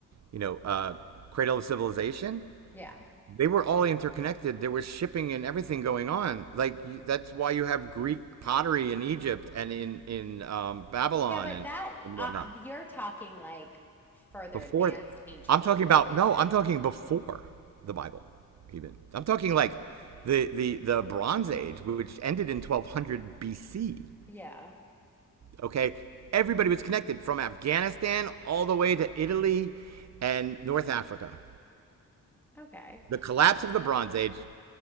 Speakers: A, on the right; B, in the centre.
A: you know, uh, cradle of civilization.
B: Yeah.
A: They were all interconnected. There was shipping and everything going on. Like you, that's why you have Greek pottery in Egypt and in in um, Babylon
B: Yeah, but
A: and,
B: that
A: and
B: uh,
A: whatnot.
B: you're talking like further
A: Before,
B: advanced ancient
A: I'm talking
B: civilization.
A: about no, I'm talking before the Bible, even. I'm talking like the the the Bronze Age, which ended in 1200 BC.
B: Yeah.
A: Okay, everybody was connected from Afghanistan all the way to Italy and North Africa.
B: Okay.
A: The collapse of the Bronze Age,